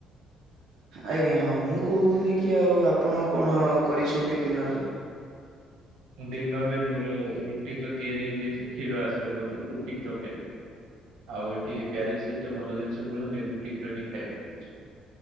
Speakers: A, on the right; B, on the right.
A: ଆଜ୍ଞା, ହଁ ମୁଁ କହୁଥିଲି କି ଆଉ ଆପଣ କଣ କରିଛନ୍ତି ଡିନରରେ?
B: ଡିିନର ରେ ମୋର ରୁଟି ତ ତିଆରି ହେଇଯାଇଛି, କ୍ଷୀର ଆସିବ ବୋଧେ ରୁଟିି କ୍ଷୀର ଖାଇବି। ଆଉ ଏଠି ପ୍ୟାରି ସହିତ ଭଲ ଜିନିଷ ମିଳୁନି, ରୁଟି କ୍ଷୀର ହଁ ଖାଇବାକୁ ମିଳୁଛି,